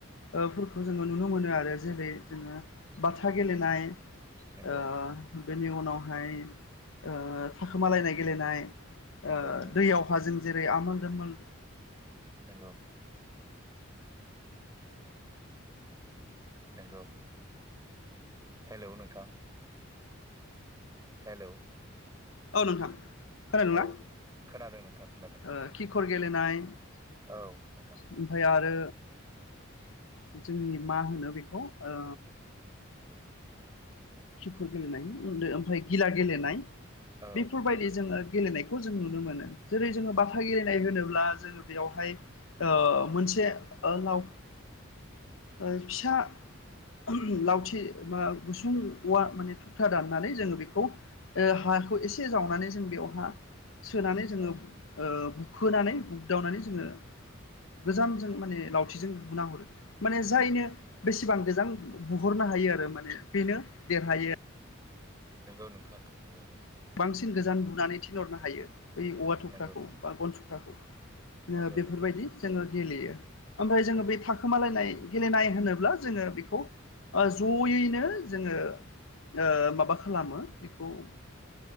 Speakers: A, on the left (about 75°); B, on the right (about 15°).
A: ओ फोरखो जोङो नुनो मोनो आरो जेरै जोङो बाथा
B: नंगौ
A: गेलेनाय ओ
B: नंगौ
A: बेनि उनावहाय ओ थाखोमालायनाय गेलेनाय ओ
B: नंगौ नंगौ
A: दैयाव जेरै आमोल दोमोल
B: नोंगौ। नंगौ हेलौ नोंथां हेलौ
A: औ नोंथां खोनादोंना?
B: औ खोनादों नोंथां खोनादों
A: ओ खिखर गेलेनाय
B: औ नोंथां
A: ओमफाय आरो जोंनि मा होनो बेखौ ओ खिखर गेलेनाय ओनदो ओमफाय गिला गेलेनाय
B: औ
A: बेफोरबायदि
B: नोंथां
A: जोङो गेलेनायखौ जों नुनो मोनो जेरै जोङो बाथा गेलेनाय होनोब्ला जोङो बेयावहाय ओ
B: औ
A: मोनसे ओ लाव ओ फिसा ओम लावथि मा गुसुं उवा माने थुख्रा दाननानै जोङो बेखौ ओ हाखौ एसे जावनानै जों बेवहा सोनानै जोङो
B: औ
A: ओ बुख खोनानै बुगदावनानै जोङो गोजानजों माने लावथिजों बुना हरो माने जायनो
B: नंगौ नंगौ
A: बेसेबां गोजां बु-बु-बुहरनो हायो आरो माने बे देरहायो।
B: नंगौ नोंखान न नंगौ।
A: बांसिन गोजान बुनानै थिनहरनो हायो बै औवा
B: नंगौ
A: थुख्राखौ बा गन थुख्राखौ ओङो
B: नंगौ
A: बेफोरबायदि
B: नंगौ नंगौ
A: जोङो गेलेयो ओमफाय जोङो
B: नंगौ
A: बै थाखोमालायनाय गेलेनाय होनोब्ला जोङो बेखौ ओ जयैनो जोङो ओ माबा खालामो बेखौ ओ